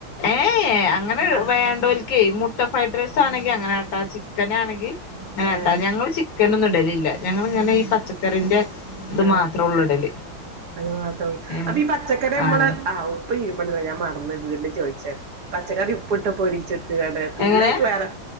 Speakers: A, on the left; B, on the right.
A: ഏയ് അങ്ങനെ
B: അത്
A: വേണ്ടോല്ക്ക് മുട്ട ഫ്രൈഡ് റൈസ് ആണെങ്കിൽ അങ്ങനാട്ടാ ചിക്കന് ആണെങ്കിൽ അങ്ങനാട്ടാ
B: ഏഹ്
A: ഞങ്ങൾ ചി ചിക്കനൊന്നും ഇടലില്ല ഞങ്ങളിങ്ങനെ ഈ പച്ചക്കറിന്റെ ഇത്
B: ആഹ്
A: മാത്രേ ഒള്ളൂ ഇടല്
B: അത് മാത്രഉള്ളൂ
A: ഏ
B: അപ്പൊ ഈ പച്ചക്കറി നമ്മള്
A: ആഹ്
B: ആവും പ്രിയ പെണ്ണുങ്ങളെ ഞാമറന്ന് വീണ്ടും ചോയിച്ചാണ് പച്ചക്കറി ഉപ്പിട്ട് പൊരിച്ചി- പൊരിച്കാണ്ട് പിന്നെ
A: എങ്ങനെ
B: അയിക്ക് വേറെ